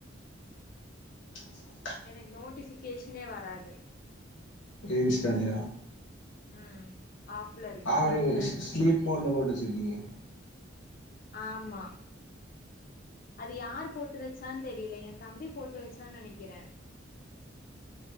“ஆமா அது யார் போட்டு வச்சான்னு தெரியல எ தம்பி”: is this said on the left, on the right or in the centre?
Left